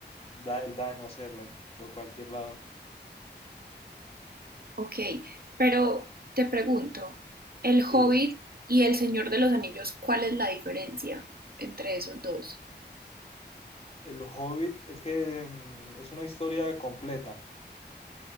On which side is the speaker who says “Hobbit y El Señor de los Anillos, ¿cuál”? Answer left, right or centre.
Right